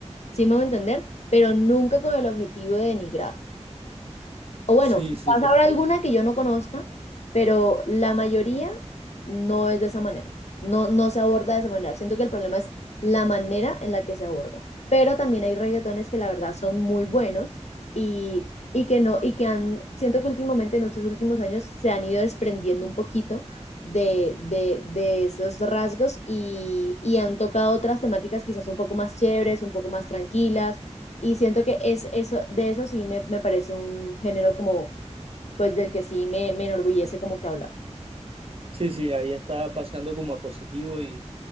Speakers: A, on the left; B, on the right.
A: ¿sí me voy a entender? Pero nunca con el objetivo de denigrar. O bueno,
B: Sí,
A: quizás
B: sí, sí.
A: habrá alguna que yo no conozca, pero la mayoría no es de esa manera. No, no se aborda de esa manera. Siento que el problema es la manera en la que se aborda. Pero también hay reggaetones que la verdad son muy buenos y, y que no, y que han, siento que últimamente en estos últimos años se han ido desprendiendo un poquito de, de, de esos rasgos y, y han tocado otras temáticas quizás un poco más chéveres, un poco más tranquilas y siento que es eso, de eso sí me, me parece un género como, pues del que sí me, me enorgullece como que hablar.
B: Sí, sí, ahí está pasando como a positivo y